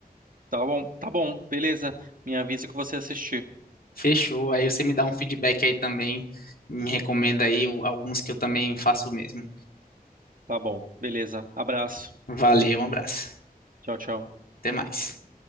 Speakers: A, on the right (about 60°); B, on the left (about 70°).
A: Tá bom, tá bom, beleza. Me avisa que você assistir.
B: Fechou. Aí você me dá um feedback aí também. Me recomenda aí o- alguns que eu também faço o mesmo.
A: Tá bom, beleza. Abraço.
B: Valeu, um abraço.
A: Tchau, tchau.
B: Até mais.